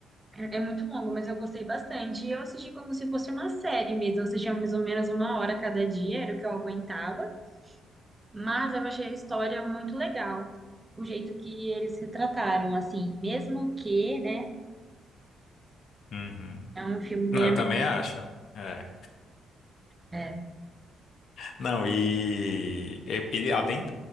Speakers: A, on the right; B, on the left.
A: É é muito longo, mas eu gostei bastante. E eu assisti como se fosse uma série mesmo. Eu assistia mais ou menos uma hora cada dia, era o que eu aguentava. Mas eu achei a história muito legal. O jeito que eles retrataram, assim, mesmo que, né?
B: Uhum.
A: É um filme meio.
B: Não, eu
A: ame-
B: também É. acho. É.
A: é.
B: Não, e, e e além